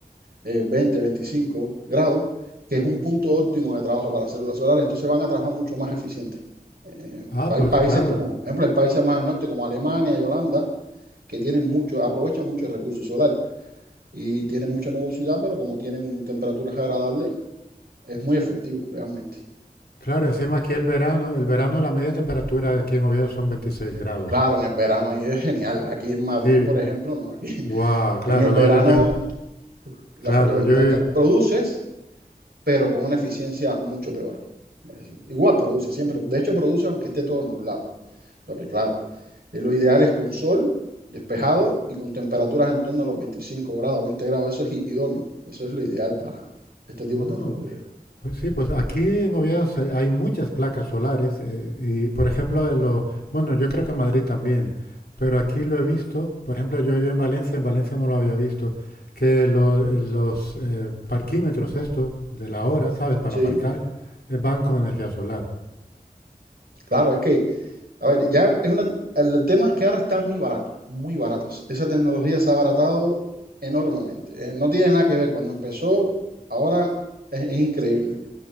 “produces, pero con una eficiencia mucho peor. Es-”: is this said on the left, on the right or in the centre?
Right